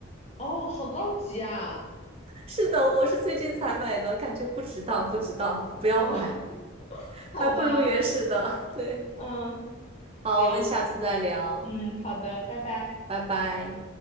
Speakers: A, on the left; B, on the right.
A: 哦，好高级啊！
B: <laughs> 是的，我是最近才买的，感觉不值当，不值当，不要买，
A: 哦，<laughs> 好吧，
B: 还不如原始的。<laughs> 对，
A: 嗯，
B: 好，
A: 行，
B: 我们下次再聊，
A: 嗯，好的，拜拜。
B: 拜拜。